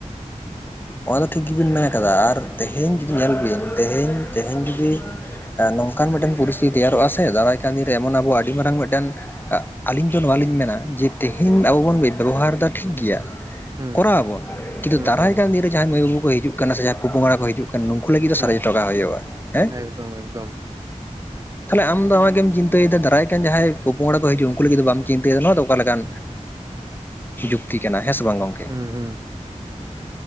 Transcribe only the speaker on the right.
ᱦᱩᱸ
ᱦᱩᱸ
ᱦᱩᱸ
ᱦᱩᱸ
ᱮᱠᱫᱚᱢ ᱮᱠᱫᱚᱢ
ᱦᱩᱸ ᱦᱩᱸ